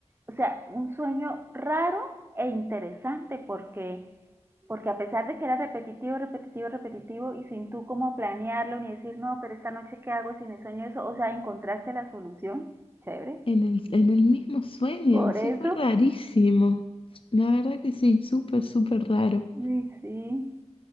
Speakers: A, on the right; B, on the left.
A: o sea, un sueño raro e interesante porque, porque a pesar de que era repetitivo, repetitivo, repetitivo y sin tú cómo planearlo ni decir, no, pero esta noche qué hago si me sueño eso, o sea, encontraste la solución, chévere.
B: En el, en el mismo sueño.
A: Por
B: Sí,
A: eso,
B: fue rarísimo. La verdad que sí, súper, súper raro.
A: sí, sí.